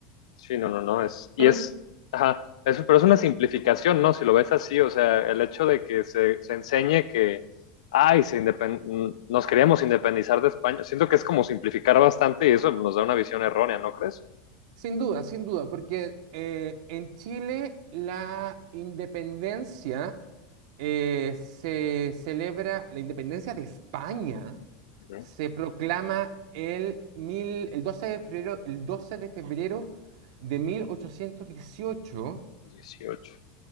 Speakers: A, on the left (about 85°); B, on the right (about 65°).
A: Sí, no, no, no, es, y
B: Entonces,
A: es, ajá, eso, pero es una simplificación, ¿no? Si lo ves así, o sea, el hecho de que se, se enseñe que, ay, se independ- mm, nos queríamos independizar de España, siento que es como simplificar bastante y eso nos da una visión errónea, ¿no crees?
B: Sin duda, sin duda, porque eh, en Chile la independencia eh, se celebra, la independencia de España
A: Ujú.
B: se proclama el, mil, el 12 de febrero, el 12 de febrero de 1818,
A: 18,